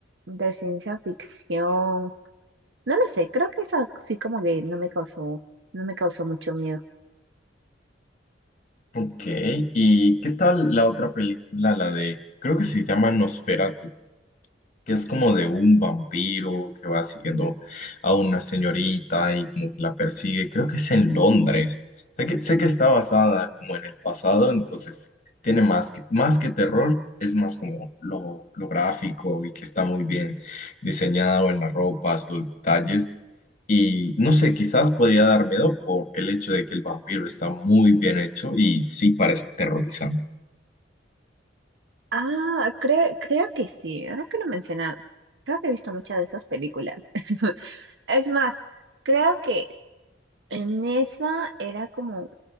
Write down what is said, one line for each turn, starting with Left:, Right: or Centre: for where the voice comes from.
Right: de ciencia ficción. No lo sé, creo que esa sí como que no me causó, no me causó mucho miedo.
Left: Ok, ¿y qué tal la otra película, la de, creo que se llama Nosferatu? que es como de un vampiro que va siguiendo a una señorita y como que la persigue. Creo que es en Londres. Sé que, sé que está basada como en el pasado, entonces tiene más que, más que terror, es más como lo, lo gráfico y que está muy bien diseñado en las ropas, los detalles. Y no sé, quizás podría dar miedo por el hecho de que el vampiro está muy bien hecho y sí parece aterrorizante.
Right: Ah, creo, creo que sí, ahora que lo mencionas, creo que he visto muchas de esas películas. <laughs> Es más, creo que en esa era como,